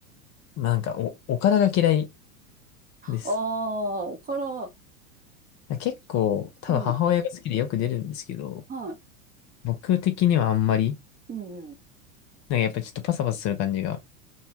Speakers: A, on the left; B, on the right.
A: まあ、なんかお、おからが嫌いです。
B: ああ、おから、
A: だ結構、多分母親が好きでよく出るんですけど、
B: うん、はい。
A: 僕的にはあんまり、
B: うんうん。
A: なんかやっぱちょっとパサパサする感じが